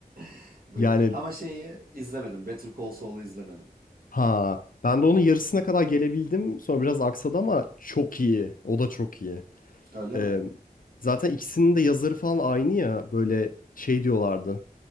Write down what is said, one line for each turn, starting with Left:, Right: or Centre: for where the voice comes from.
Right: <laughs> Bu-
Left: Yani
Right: Ama şeyi izlemedim. Better Call Saul'u izlemedim.
Left: ha ben de onun yarısına kadar gelebildim. Sonra biraz aksadı ama çok iyi. O da çok iyi.
Right: Öyle
Left: Ee,
Right: mi?
Left: zaten ikisinin de yazarı falan aynı ya. Böyle şey diyorlardı.